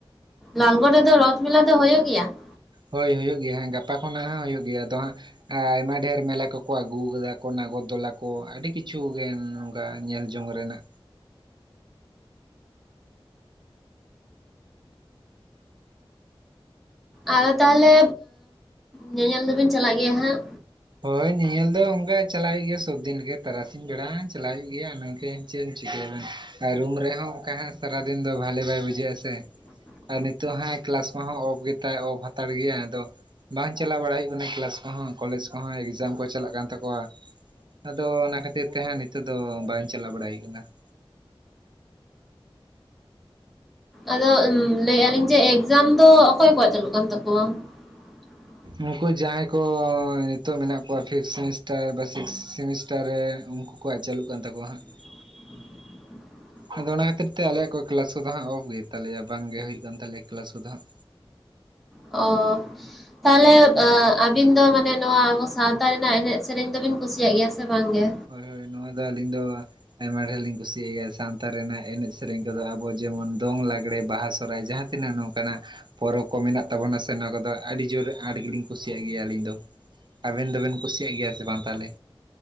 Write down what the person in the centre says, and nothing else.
ᱞᱟᱞᱜᱚᱲ ᱨᱮᱫᱚ ᱨᱚᱛᱷ ᱢᱮᱞᱟ ᱫᱚ ᱦᱩᱭᱩᱜ ᱜᱮᱭᱟ ᱾
ᱟᱫᱚ ᱛᱟᱦᱚᱞᱮ ᱧᱮᱧᱮᱞ ᱫᱚᱵᱤᱱ ᱪᱟᱞᱟᱜ ᱜᱮᱭᱟ ᱦᱟᱸᱜ?
ᱦ <inaudible>
ᱟᱫᱚ ᱞᱟᱹᱭᱮᱫ ᱟᱞᱤᱧ ᱡᱮ ᱮᱠᱡᱟᱢ ᱫᱚ ᱚᱠᱚᱭ ᱠᱚᱣᱟᱜ ᱪᱟᱹᱞᱩᱜ ᱠᱟᱱ ᱛᱟᱠᱚᱣᱟ ᱾ <inaudible>
<inaudible>
ᱚ ᱛᱟᱦᱚᱞᱮ, ᱟᱵᱤᱱ ᱫᱚ ᱢᱟᱱᱮ ᱱᱚᱣᱟ ᱟᱵᱚ ᱥᱟᱶᱛᱟ ᱨᱮᱱᱟᱜ ᱮᱱᱮᱡ ᱥᱮᱨᱮᱧ ᱫᱚᱵᱤᱱ ᱠᱩᱥᱤᱭᱟᱜ ᱜᱮᱭᱟ ᱥᱮ ᱵᱟᱝ ᱜᱮ?